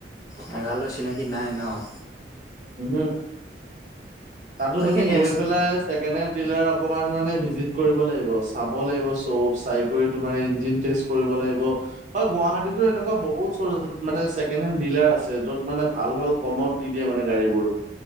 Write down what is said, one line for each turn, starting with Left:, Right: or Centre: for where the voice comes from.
Left: ন' গালো চিনাকি নাই ন'।
Right: <inaudible> তাতো
Left: তাকে
Right: তুমি গৈ
Left: এছ
Right: পেলাই ছেকেণ্ড হেণ্ড দিলে অকমান মানে ভিজিট কৰিব লাগিব চাব লাগিব চব চাই তমাৰ ইঞ্জিন টেষ্ট কৰিব লাগিব। বা গুৱাহাটীতো এনেকুৱা বহুত চচ আছে মানে ছেকেণ্ড হেণ্ড ডিলাৰ আছে য'ত মানে ভাল ভাল কমত দি দিয়ে মানে। গাড়ীবোৰ